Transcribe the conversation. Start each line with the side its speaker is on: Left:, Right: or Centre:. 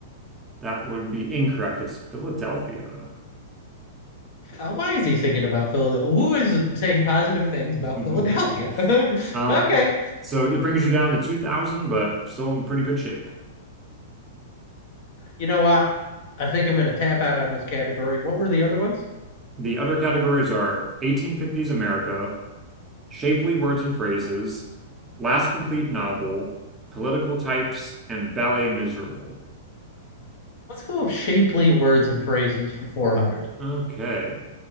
Right: That would be incorrect. It's Philadelphia.
Left: Uh, Why is he thinking about Philadelphia? Who is saying positive things about
Right: <laughs>
Left: Philadelphia? <laughs>
Right: Um,
Left: Okay.
Right: so it brings you down to 2000, but still in pretty good shape.
Left: You know what? I think I'm going to tap out on this category. What were the other ones?
Right: The other categories are 1850s America, shapely words and phrases, last complete novel, political types, and ballet miserable.
Left: Let's go with shapely words and phrases for 400.
Right: Okay.